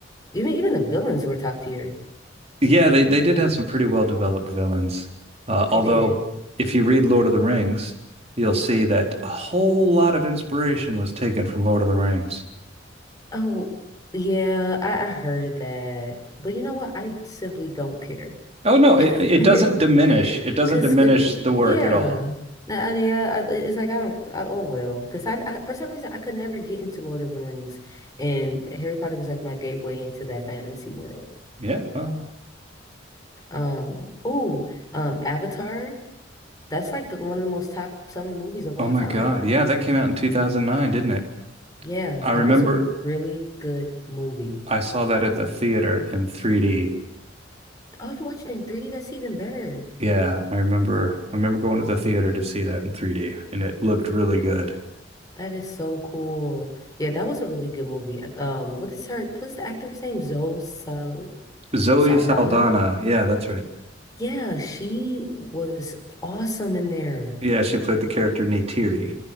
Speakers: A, on the left (about 20°); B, on the right (about 35°).
A: Even even the villains were top tier.
B: Yeah, they, they did have some pretty well developed villains. Uh,
A: They
B: although,
A: did.
B: if you read Lord of the Rings, you'll see that a whole lot of inspiration was taken from Lord of the Rings.
A: Oh, yeah, I, I heard that. But you know what? I simply don't care.
B: Oh no, it it
A: <laughs>
B: doesn't diminish. It doesn't
A: Cause
B: diminish
A: uh,
B: the work
A: yeah.
B: at all.
A: Nah, I- yeah, I, it's like I don't. I, oh well, because I, I for some reason I could never get into Lord of the Rings, and Harry Potter was like my gateway into that fantasy world.
B: Yeah. Oh,
A: Um, oh, um, Avatar. That's like the one of the most top selling movies of all
B: oh my
A: time.
B: God. Yeah, that came out in 2009, didn't it?
A: Yeah,
B: I
A: that
B: remember
A: was a really good movie.
B: I saw that at the theater in 3D.
A: Oh, you watched it in 3D? That's even better.
B: Yeah, I remember I remember going to the theater to see that in 3D, and it looked really good.
A: That is so cool. Yeah, that was a really good movie. Um, what is her, what's the actor's name? Zoe Sal
B: Zoe
A: Saldana?
B: Saldana. Yeah, that's right.
A: Yeah, she was awesome in there.
B: Yeah, she played the character Neytiri.